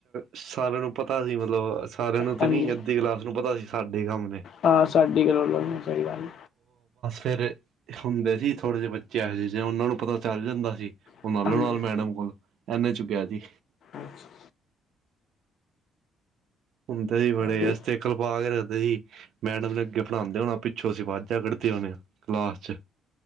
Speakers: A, on the right; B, on the left.
A: ਸਾਰਿਆਂ ਨੂੰ ਪਤਾ ਸੀ ਮਤਲਬ ਸਾਰਿਆਂ ਨੂੰ ਤੇ
B: ਹਾਂਜੀ
A: ਨੀ ਅੱਧੀ ਕਲਾਸ ਨੂੰ ਪਤਾ ਸੀ ਸਾਡੇ ਹੀ ਕੰਮ ਨੇ
B: ਹਾਂ ਸਾਡੀ ਕਰੋ ਸਹੀ ਗੱਲ
A: ਫ਼ੇਰ ਹੁੰਦੇ ਸੀ ਥੋੜੇ ਜਿਹੇ ਬੱਚੇ ਆ ਸੀ ਸੀ ਉਹਨਾ ਨੂੰ ਪਤਾ ਚੱਲ ਜਾਂਦਾ ਸੀ ਉਹ
B: ਹਾਂਜੀ
A: ਨਾਲੋਂ ਨਾਲ ਮੈਡਮ ਕੋਲ ਐਨੇ ਚੁੱਕਿਆ ਸੀ
B: ਅੱਛਾ
A: ਹੁੰਦੇ ਸੀ ਬੜੇ
B: ਹਾਂਜੀ।
A: ਇਸ ਤੇ ਕਲਪਾ ਕੇ ਰੱਖਦੇ ਸੀ ਮੈਡਮ ਵੀ ਅੱਗੇ ਪੜਾਂਦੇ ਹੋਣਾ ਪਿੱਛੋਂ ਸੀ ਵੱ ਤੇ <unintelligible> ਹੋਣੇ ਆ ਕਲਾਸ ਚ